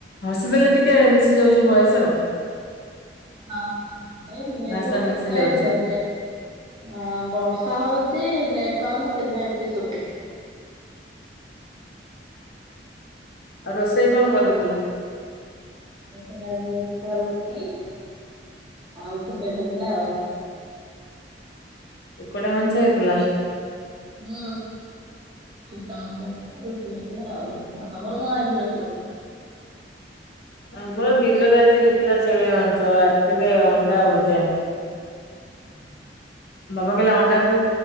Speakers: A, on the left; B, on the right.
A: ହସିଦେଲେ ଟିକେ ମିଶି ଯାଉଛି ବୟସ ଆଉ।
B: ହଁ ହଁ ଏଇ ନର
A: ଭାଷା
B: ତ ବର୍ଷା
A: ମିଶି ଯାଉଛି।
B: ହେଛି ତନେର ଅ ବର୍ଷା ହଉଚ ନେଟ ପାଉନି ସେଜବେ ଏମିତି ସୁବଛି
A: ଆଉ ରୋଷେଇ କଣ କରିଥିଲ?
B: ହ ସେ ଆଜ ରୁଟି ଆଉ ଟଥିଲା ଆଉ।
A: କୁକୁଡେ ମଂଷ ଆଇଥିଲା।
B: ହଁ। ଶ ଜଣ ରୁଚି ହେଇଥିଲା ଆଉ ତମର କଣ ହେଇଛି ରୋଷେଇ?
A: <inaudible> ଆମର ଦିନରେ ଆଜି ହେଇଥିଲା ଛେଳି ମାଂସ ରାତିରେ ଅଣ୍ଡା ଭଜା
B: ହଁ।
A: ବାବା କହିଲା ଅଣ୍ଡା କ